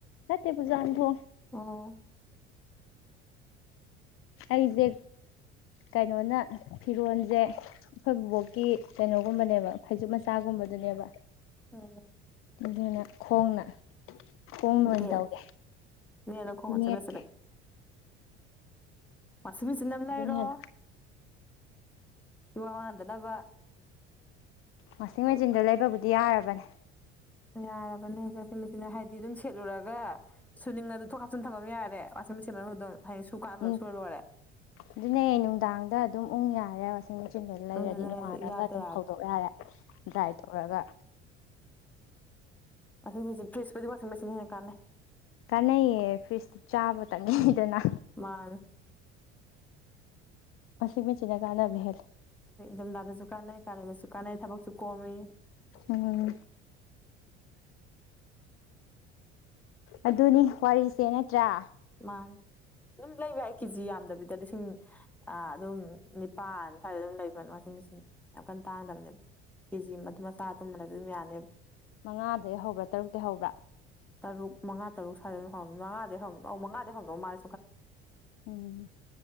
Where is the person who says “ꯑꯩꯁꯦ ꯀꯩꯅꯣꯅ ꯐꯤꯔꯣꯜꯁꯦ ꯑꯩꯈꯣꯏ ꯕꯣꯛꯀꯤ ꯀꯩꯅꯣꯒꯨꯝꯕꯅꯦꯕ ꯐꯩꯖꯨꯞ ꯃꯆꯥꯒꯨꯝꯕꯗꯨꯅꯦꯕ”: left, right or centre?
Left